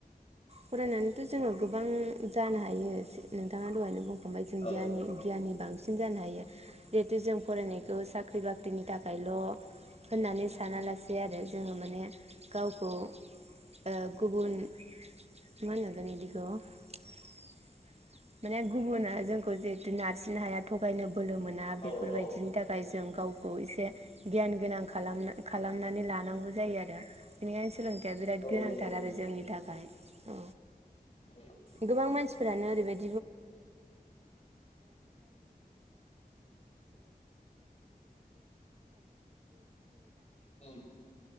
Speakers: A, on the right; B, on the left.
A: फरायनानैथ' जोङो गोबां जानो हायो सि नोंथाङा दहायनो बुंखा बाय जों
B: औ
A: गियानि गियानि बांसि बांसिन जानो हायो जों फरायनायखौ साख्रि बाख्रिनि थाखायल' होननानै सानालासे <unintelligible> माने गुबुना जोंखौ जिहेतु नारसिननो हाया थगायनो बोलो मोना बेफोरबायदिनि
B: औ औ
A: थाखाय जों गावखौ एसे गियान गोनां खालामनानै लानांगौ जायो आरो बेनिखायनो सोलों बिराद
B: औ
A: गोनांथार
B: नंगौ औ
A: आरो जोंनि थाखाय औ
B: औ
A: गोबां मानसिफोरानो ओरैबायदि <unintelligible> ओ <unintelligible> <unintelligible> बे नङा
B: औ